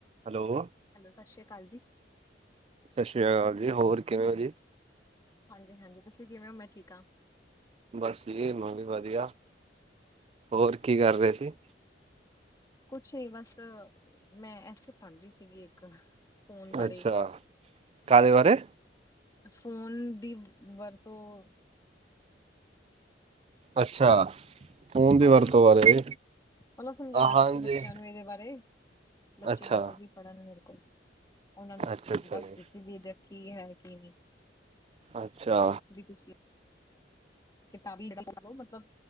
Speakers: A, on the right; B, on the left.
A: Hello.
B: Hello Sat Sri ਅਕਾਲ ਜੀ।
A: ਸਤਿ ਸ਼੍ਰੀ ਅਕਾਲ ਜੀ, ਹੋਰ ਕਿਵੇਂ ਓ ਜੀ?
B: ਹਾਂਜੀ- ਹਾਂਜੀ ਤੁਸੀਂ ਕਿਵੇਂ ਹੋ? ਮੈਂ ਠੀਕ ਹਾਂ।
A: ਬਸ ਜੀ ਵਧੀਆ। ਹੋਰ ਕੀ ਕਰ ਰਹੇ ਸੀ?
B: ਕੁਛ ਨੀ ਬਸ, ਮੈਂ ਐਸੇ ਪੜ੍ਹ ਰਹੀ ਸੀਗੀ ਇੱਕ। ਫੋਨ ਬਾਰੇ
A: ਅੱਛਾ, ਕਾਹਦੇ ਬਾਰੇ।
B: ਫੋਨ ਦੀ ਵਰਤੋਂ।
A: ਅੱਛਾ ਫੋਨ ਦੀ
B: ਹਾਂ
A: ਵਰਤੋਂ ਬਾਰੇ।
B: ਮਤਲਬ ਸਮਝਾ ਰਹੀ
A: ਹਾਂਜੀ
B: ਸੀ ਬੱਚਿਆਂ ਨੂੰ ਇਹਦੇ ਬਾਰੇ, ਬੱਚੇ
A: ਅੱਛਾ
B: ਬੈਠੇ ਸੀ ਪੜਨ ਮੇਰੇ ਕੋਲ। ਉਹਨਾਂ ਨੂੰ
A: ਅੱਛਾ ਅੱਛਾ
B: ਬੱਸ
A: ਜੀ
B: ਰਿਸੀ ਵੀ ਦੇਖੀ ਹੈ ਕਿ ਨਹੀਂ।
A: ਅੱਛਾ।
B: ਵੀ ਤੁਸੀਂ ਕਿਤਾਬੀ ਲ ਲੋ ਮਤਲਬ।